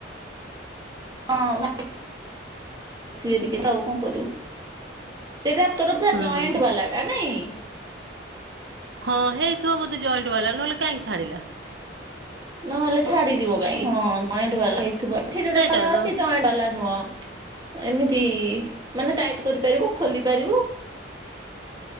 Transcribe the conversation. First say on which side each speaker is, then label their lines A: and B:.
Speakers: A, on the right; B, on the right.
A: ହଁ ଆସିବେ ଟିକେ ତ ଆଉ କଣ କରିବୁ। ସେଟା ତୋର ପୁରା
B: ହୁଁ।
A: ଜଏଣ୍ଟ ବାଲା ଟା ନାଇଁ?
B: ହଁ ହେଇଥିବ ବୋଧେ ଜଏଣ୍ଟ ବାଲା ନହେଲେ କାହିଁ ଛାଡ଼ିଲା।
A: ନହଲେ ଛାଡିଯିବ କାଇହିଁକି? ଜଏଣ୍ଟ ବାଲା ହେଇଥିବ। ଏଠି ଯୋଉଟାକ
B: ସେଇଟା ତ
A: ଅଛି ଜଏ ବାଲା ନୁହଁ। ଏମିତି ମାନେ ଟାଇଟ୍ କରିପାରିବୁ ଖୋଲି ପାରିବୁ।